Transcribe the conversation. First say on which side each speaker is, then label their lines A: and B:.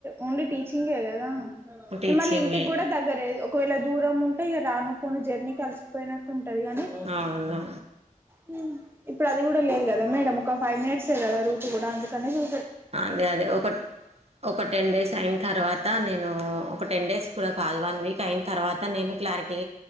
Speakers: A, on the right; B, on the right.
A: ఓన్లీ టీచింగే కదా.
B: టీచింగే
A: మళ్ళీ ఇంటికి కూడా దగ్గరే. ఒకవేళ దూరం ఉంటే ఇగ రాను పోను జర్నీకి కలిసిపోయినట్టు ఉంటది కానీ
B: అవును
A: హ్ ఇప్పుడు అది కూడా లేదు కదా మేడం. ఒక ఫైవ్ మినట్సే కదా రూట్ కూడా అందుకనే చూ
B: అదే అదే ఒక ఒక టెన్ డేస్ అయిన తర్వా త నేను ఒక టెన్ డేస్ కూడా కాదు, వన్ వీక్ అయిన తర్వాత నేను క్లారి